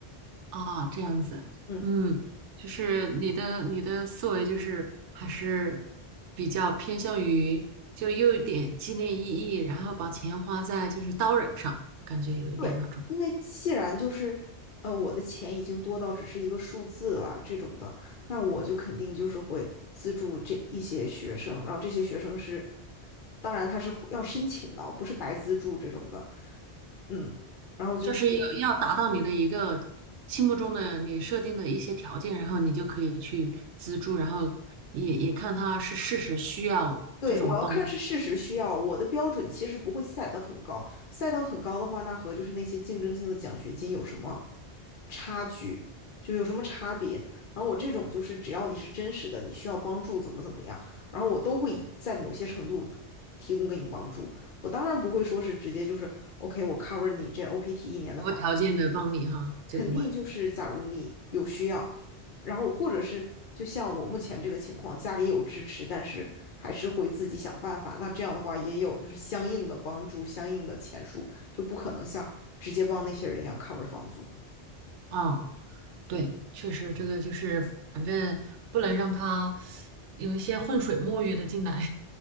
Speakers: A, on the right (about 85°); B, on the left (about 55°).
A: 啊，这样子，
B: 嗯，
A: 嗯，就是你的你的思维就是还是比较偏向于就又有一点纪念意义，然后把钱花在就是刀刃上，感觉有一点那种，
B: 对，因为既然就是呃我的钱已经多到只是一个数字了这种的，那我就肯定就是会资助这一些学生，然后这些学生是，当然他是要申请的，不是白资助这种的。嗯，然后就是。
A: 就是要要达到你的一个心目中的你设定的一些条件，然后你就可以去资助，然后也也看他是事实需要这种帮
B: 对，我要看是事实需要，我的标准其实不会赛得很高，赛到很高的话，那和就是那些竞争性的奖学金有什么差距，就有什么差别。然后我这种就是只要你是真实的，你需要帮助怎么怎么样，然后我都会在某些程度提供给你帮助。我当然不会说是直接就是 OK，我 cover 你这 OPT 一年的房。
A: 无条件的帮你哈，就不会，
B: 肯定就是假如你有需要，然后或者是就像我目前这个情况，家里有支持，但是还是会自己想办法。那这样的话也有就是相应的帮助，相应的钱数，就不可能像直接帮那些人一样 cover 房租。
A: 啊。对，确实这个就是，反正不能让他有一些浑水摸鱼的进来